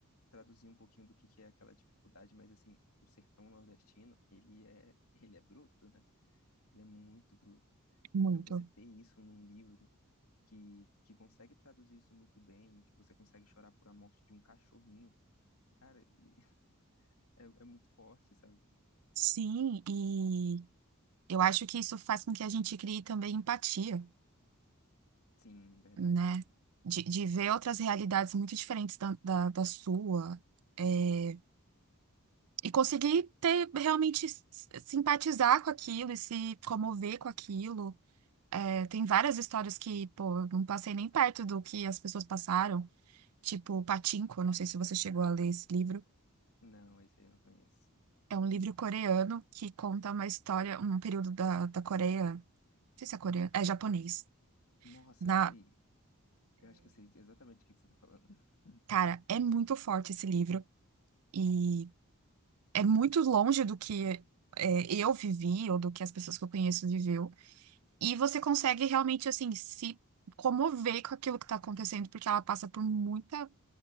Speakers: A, on the left; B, on the right.
A: traduzir um pouquinho do que que é aquela dificuldade, mas assim, o sertão nordestino, ele é, <laughs> ele é bruto, né? Ele é muito bruto.
B: muito.
A: Então você ter isso num livro que, que consegue traduzir isso muito bem, que você consegue chorar por a morte de um cachorrinho, cara, e- <laughs> é, é muito forte, sabe?
B: Sim, e eu acho que isso faz com que a gente crie também empatia,
A: Sim, verdade.
B: né? De, de ver outras realidades muito diferentes da, da, da sua, é, e conseguir ter realmente s- simpatizar com aquilo e se comover com aquilo. É, tem várias histórias que, pô, eu não passei nem perto do que as pessoas passaram. Tipo, Pachinko, não sei se você chegou a ler esse livro.
A: Não, esse aí eu não conheço.
B: É
A: Uhum.
B: um livro coreano que conta uma história, um período da, da Coreia. Não sei se é coreano, é japonês.
A: Nossa,
B: Na,
A: sei. Eu acho que eu sei exatamente o que que você tá falando. <laughs>
B: cara, é muito forte esse livro e é muito longe do que é, eu vivi ou do que as pessoas que eu conheço viveu. E você consegue realmente, assim, se comover com aquilo que tá acontecendo, porque ela passa por muita